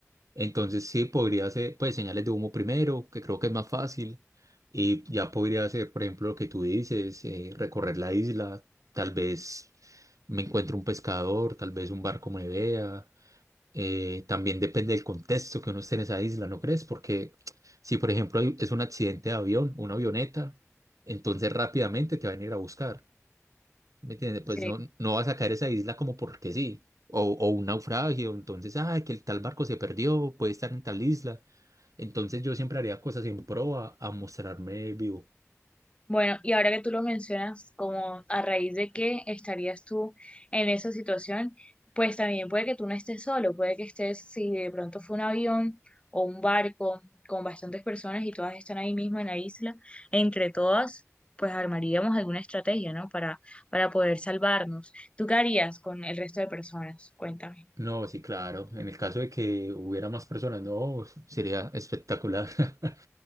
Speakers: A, on the right (about 85°); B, on the left (about 20°).
A: Entonces sí, podría hacer pues señales de humo primero, que creo que es más fácil, y ya podría hacer, por ejemplo, lo que tú dices, eh, recorrer la isla, tal vez me encuentre un pescador, tal vez un barco me vea eh, también depende del contexto que uno esté en esa isla, ¿no crees? Porque si, por ejemplo, hay- es un accidente de avión, una avioneta, entonces rápidamente te van a ir a buscar, ¿me entiendes? Pues
B: Sí.
A: no, no vas a caer a esa isla como porque sí, o, o un naufragio, entonces, ay, que el tal barco se perdió, puede estar en tal isla, entonces yo siempre haría cosas en pro a, a mostrarme vivo.
B: Bueno, y ahora que tú lo mencionas, como a raíz de que estarías tú en esa situación, pues también puede que tú no estés solo, puede que estés, si de pronto fue un avión o un barco con bastantes personas y todas están ahí mismo en la isla, entre todas, pues armaríamos alguna estrategia, ¿no? Para, para poder salvarnos. ¿Tú qué harías con el resto de personas? Cuéntame.
A: No, sí, claro, en el caso de que hubiera más personas, no, sería espectacular. <laughs>